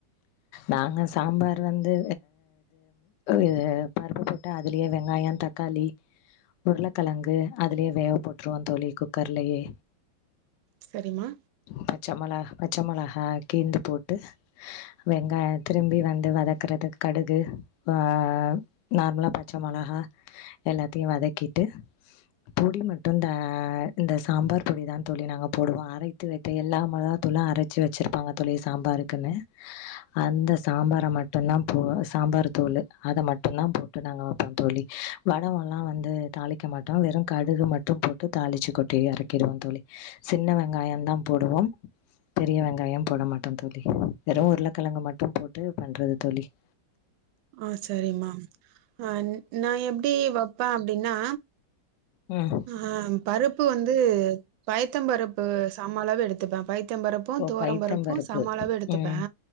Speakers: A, on the left; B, on the right.
A: நாங்க சாம்பார் வந்து இது பருப்பு போட்டு அதுலேயே வெங்காயம் தக் தக்காளி உருளக்கழங்கு அதுலயே வேக போட்டுருவோம் தோழி குக்கர்லயே
B: சரிமா
A: பச்ச மொள பச்ச மொளகா கீந்து போட்டு வெங்காயம் திரும்பி வந்து வதக்குறதுக் கடுகு ஆ நார்மலா பச்ச மொளகா எல்லாத்தையு வதக்கிட்டு பொடி மட்டு இந்த இந்த சாம்பார் பொடி தான் தோழி நாங்க போடுவோ அரை த்து வைத்த எல்லா மொளகாத்தூல்லா அரச்சு வெச்சிருப்பாங்க தோழி சாம்பாருக்குன்னு அந்த சாம்பார மட்டுந்தா போ சாம்பாரு தூள்ளு அத மட்டுந்தா போட் வக்கான் தோழி வடகம் எல்லாம் வந்து தாளிக்க மாட்டோம் வெறும் கடுகு மட்டும் போட்டு தாளிச்சு கொட்டி எறக்கிடுவோ தோழி சின்ன வெங்காயம் தா போடுவோம் பெரிய வெங்காயம் போட மாட்டோ தோழி வெறு உருளக்கெழங்கு மட்டு போட்டு பண்றது தோழி <inaudible>
B: ஆ‌ சரிமா அ நான் எப்டி வைப்பேன் அப்டின்னா
A: ம்
B: ஆ பருப்பு வந்து பைத்தம் பருப்பு சம அளவு எடுத்துப்பே பைத் த்தம் பருப்பு
A: ஓ
B: துவரம்
A: பைத்தம்பருப்பு.
B: பருப்பு சம அளவு எடுத்துப்பே
A: ம்.